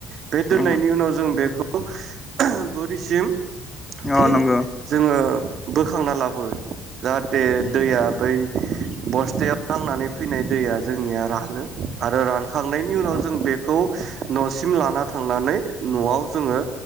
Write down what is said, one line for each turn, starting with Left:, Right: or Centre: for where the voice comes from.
Right: बे दोननायनि
Left: औ
Right: उनाव जों बेखौ <unintelligible> बोरिसिम
Left: नंगौ
Right: फिन
Left: नंगौ
Right: जोङो बोखांना लाबो जाहाथे दैया बै बस्थायाव नांनानै फैनाय दैया जोंनिया रानो आरो रानखांनायनि उनाव जों बे खौ न'सिम लाना थांनानै न'आव जोङो